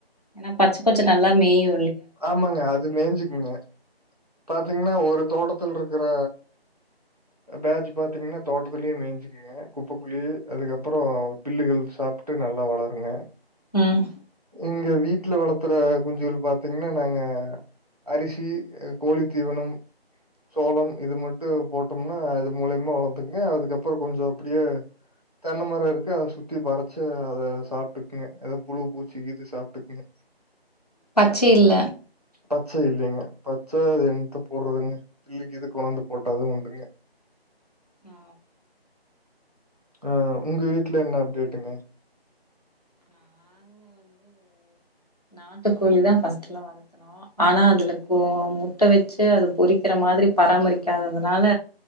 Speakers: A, on the left (about 40°); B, on the right (about 40°).
A: ஏன்னா பச்ச பச்ச நல்லா மேயு
B: ஆமாங்க அது மேஞ்சுக்குங்க பாத்தீங்னா ஒரு தோட்டத்துல்ருக்கு ப அ பேஜு பாத்தீங்னா தோட்டத்துலயே மேஞ்சிக்குங்க குப்பக்ககுள்ளயே அதுக்கப் பறொ பில்லுகள் சாப்ட்டு நல்லா வளருங்க
A: ம்.
B: இங்க வீட்ல வளத்துற குஞ்சுகள் பாத் தீங்னா நாங்க அரிசி அ கோழி தீவனம் சோளம் இது மட்டு போட்டொம்னா அது மூலியமா வளந்துங்க அதுக்கப்பறொ கொஞ்சொ அப்டியே தென்ன மரொ இருக்கு அத சுத்தி பறச்ச அத சாப்ட்டுக்குங்க எதோ புழு பூச்சி இது சாப்ட்டுக்குங்க
A: பச்சை இல்ல
B: பச்ச இல்லிங்க பச்ச அது என்த்த போர்றதுங்க பில்லுக்கு இது கொண்டாந்து போட்டாதா உண்டுங்க
A: ஓ
B: ஆ உங்க வீட்ல என்னா அப்டேட்டுங்க
A: நாட்டு கோழிதா ஃபஸ்ட்டுல்லா வளத்துணோ ஆனா அதுல கோ முட்ட வச்சு அது பொறிக்கிற மாதிரி பராமரிக்காதத னால